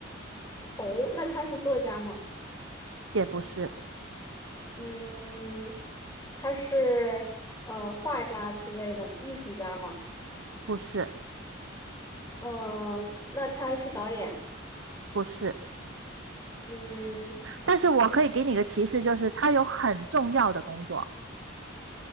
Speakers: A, on the left; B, on the right.
A: 哦，那他是作家吗？
B: 也不是，
A: 嗯，他是呃画家之类的艺术家嘛？
B: 不是，
A: 嗯、那他是导演，
B: 不是。
A: 嗯，
B: 但是我可以给你个提示，就是他有很重要的工作，